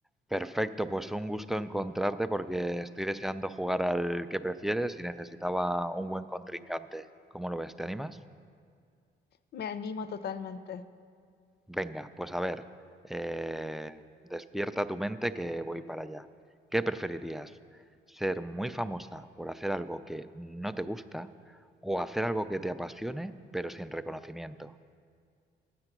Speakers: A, in the centre; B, on the left.
A: Perfecto, pues un gusto encontrarte porque estoy deseando jugar al que prefieres y necesitaba un buen contrincante. ¿Cómo lo ves? ¿Te animas?
B: Me animo totalmente.
A: Venga, pues a ver, eh, despierta tu mente que voy para allá. ¿Qué preferirías? ¿Ser muy famosa por hacer algo que no te gusta o hacer algo que te apasione pero sin reconocimiento?